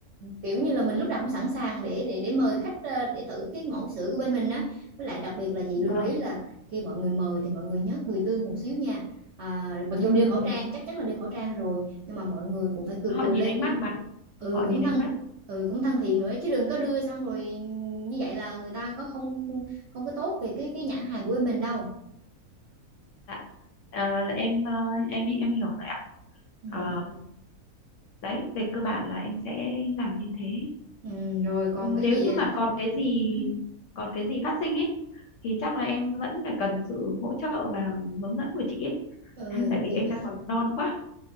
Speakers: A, on the right (about 60°); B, on the left (about 65°).
A: kiểu như là mình lúc nào cũng sẵn sàng để để để mời khách ờ, để thử cái mẫu sữa của bên mình á với lại đặc biệt là chị
B: vâng.
A: lưu ý là khi mọi người mời thì mọi người nhớ cười tươi một xíu nha à, mặc
B: <laughs>
A: dù đeo khẩu trang chắc chắn là đeo khẩu trang rồi nhưng mà mọi người cũng phải cười
B: Họ
A: cười
B: nhìn
A: lên
B: ánh
A: cũng
B: mắt mà,
A: ừ
B: họ nhìn
A: cũng thân
B: ánh mắt.
A: ừ cũng thân thiện nữa chứ đừng có đưa xong rồi như vậy là người ta có không không có tốt về cái cái nhãn hàng của bên mình đâu
B: Dạ. Ờ, em ờ, em em hiểu rồi ạ.
A: ừ,
B: Ờ,
A: ừ,
B: đấy, về cơ bản là em sẽ làm như thế.
A: ừ, rồi còn
B: Ừ,
A: cái
B: Nếu
A: gì
B: như
A: à,
B: mà
A: thông
B: còn cái gì
A: ừ,
B: còn cái gì phát sinh ấy thì chắc là em vẫn phải cần sự hỗ trợ và hướng dẫn của chị ấy,
A: ừ,
B: <laughs> tại vì
A: thì
B: em đang còn non quá.